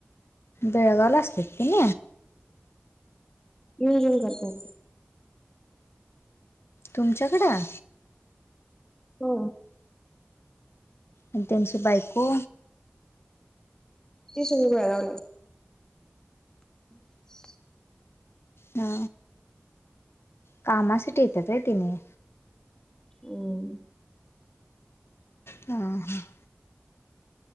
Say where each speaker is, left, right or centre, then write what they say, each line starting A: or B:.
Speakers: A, on the left; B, on the left.
A: बेळगावला असततन
B: हम्म हम करत
A: तुमच्याकडं
B: हो
A: आणि तमची बायको
B: ते सगळी बवला हम्
A: ह हा कामासाठी येतात आहे तिने
B: हम
A: ह हा